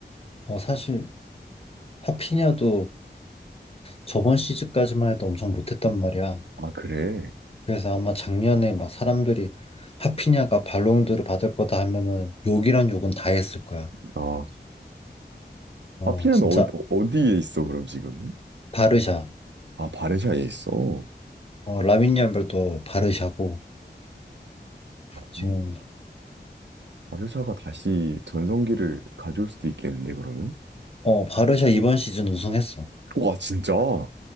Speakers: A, on the left (about 35°); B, on the right (about 80°).
A: 어, 사실, 하피냐도 저번 시즌까지만 해도 엄청 못했단 말이야.
B: 아, 그래?
A: 그래서 아마 작년에 막 사람들이 하피냐가 발롱도르 받을 거다 하면은 욕이란 욕은 다 했을 거야.
B: 아,
A: 어,
B: 하피냐는
A: 진짜,
B: 어, 어디에 있어, 그럼 지금?
A: 바르샤.
B: 아, 바르샤에 있어. 어.
A: 어, 라민 얄말도 바르샤고,
B: 어.
A: 지금,
B: 바르샤가 다시 전성기를 가져올 수도 있겠는데, 그러면?
A: 어, 바르샤 이번 시즌 우승했어.
B: 와, 진짜? 아,